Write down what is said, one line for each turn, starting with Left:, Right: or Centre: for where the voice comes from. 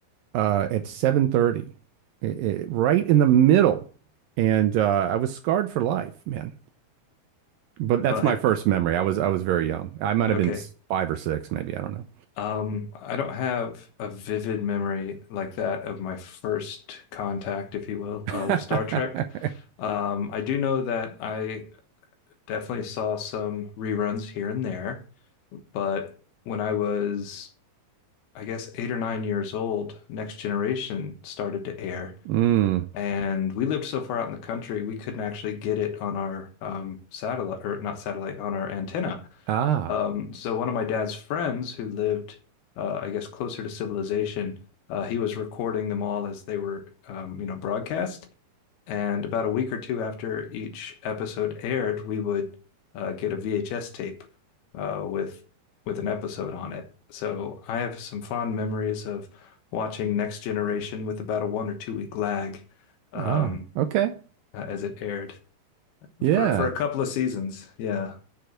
Right: uh, at 7:30, i- i- right in the middle, and uh, I was scarred for life, man. But that's
Left: Well,
Right: my
Left: have-
Right: first memory. I was I was very young. I might have
Left: okay.
Right: been s- five or six, maybe. I don't
Left: Um, I don't have a vivid memory like that of my first contact, if you will,
Right: know.
Left: uh, with
Right: <laughs>
Left: Star Trek. Um, I do know that I definitely saw some reruns here and there. But when I was, I guess, eight or nine years old, Next Generation started to air.
Right: Mm.
Left: And we lived so far out in the country, we couldn't actually get it on our um, satellite, or not satellite, on our antenna.
Right: Ah,
Left: Um, so one of my dad's friends who lived, uh, I guess, closer to civilization, uh, he was recording them all as they were, um, you know, broadcast. And about a week or two after each episode aired, we would uh, get a VHS tape uh, with with an episode on it. So I have some fond memories of watching Next Generation with about a one or two week lag um,
Right: ah, okay.
Left: uh, as it aired
Right: Yeah.
Left: for for a couple of seasons. Yeah,